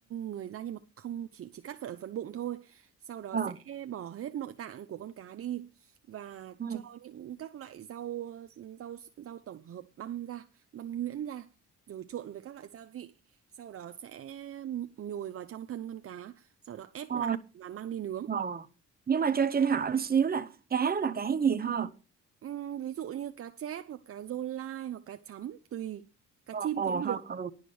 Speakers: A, on the right (about 50°); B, on the right (about 30°).
A: người ra nhưng mà không chỉ chỉ cắt ở phần bụng thôi. Sau đó
B: ờ
A: sẽ bỏ hết nội tạng của con cá đi và
B: ừ.
A: cho những các loại rau rau rau tổng hợp băm ra, băm nhuyễn ra rồi trộn với các loại gia vị sau đó sẽ nhồi vào trong thân con cá sau đó ép
B: ờ,
A: lại và mang đi nướng
B: ờ. nhưng mà cho Trinh hỏi một xíu là cá đó là cá gì hả
A: Ừm, ví dụ như cá chép hoặc cá rô lai hoặc cá chấm tùy cá
B: Ồ,
A: chim
B: ồ
A: cũng
B: không
A: được
B: ừ.